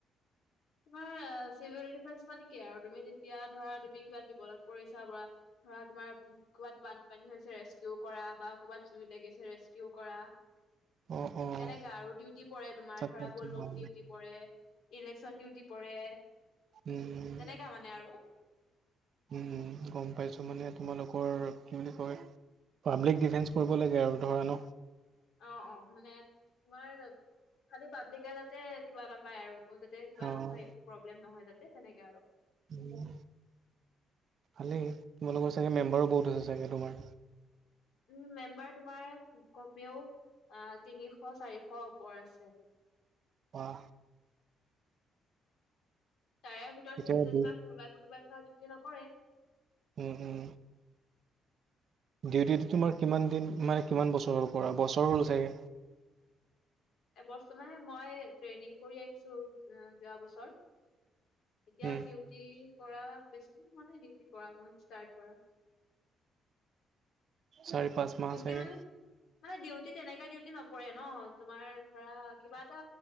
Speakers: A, on the left; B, on the right.
A: তোমাৰ চিভিল ডিফেন্স মানে কি আৰু তুমি যেতিয়া ধৰা তুমি কিবা বিপদত পৰিছা বা ধৰা তোমাৰ ক'বাত বানপানী হৈছে ৰেস্কিও কৰা বা ক'বাত জুই লাগিছে ৰেস্কিও কৰা।
B: <inaudible> অ',
A: তেনেকা আৰু ডিউটি পৰে তোমাৰ
B: তাকে
A: ধৰা
B: তোমাৰ
A: ব'ল ব'ম ডিউটি পৰে, ইলেকশচন ডিউটি পৰে।
B: উম।
A: <unintelligible> মানে আৰু।
B: উম, গ'ম পাইছো মানে তোমালোকৰ কি বুলি কয় পাব্লিক ডিফেন্স কৰিব লাগে আৰু ধৰা ন'?
A: অ', অ', মানে তোমাৰ খালী পাব্লিকে যাতে কিবা নাপায় আৰু। আকৌ যাতে কিবা
B: অ',
A: নহয় একো প্ৰব্লেম নহয় যাতে তেনেকে আৰু।
B: উম, ভালেই তোমালোকৰ চাগে মেম্বাৰো বহুত আছে চাগে তোমাৰ?
A: উম, মেম্বাৰ তোমাৰ ক'মেও অ', তিনিশ চাৰিশ ওপৰ আছে।
B: বাহ।
A: তাৰে ভিতৰত
B: এতিয়া
A: ধৰি লোৱা
B: বহুত
A: যেনিবা কোনোবাই কোনোবাই ধৰা ডিউটি নকৰে।
B: উম, উম। ডিউটিটো তোমাৰ কিমান দিন মানে কিমান বছৰৰ হ'ল কৰা, বছৰ হ'ল চাগে?
A: এবছৰ মানে মই ট্ৰেইনিং কৰি আহিছো যোৱা বছৰ। এতিয়া
B: উম,
A: ডিউটি কৰা বেছি দিন হোৱা নাই ডিউটি কৰা মই ষ্টাৰ্ট কৰা।
B: চাৰি পাঁচ মাহ
A: ডিউটি
B: চাগে
A: মানে, মানে ডিউটি তেনেকা ডিউটি নপৰে ন তোমাৰ ধৰা কিবা এটা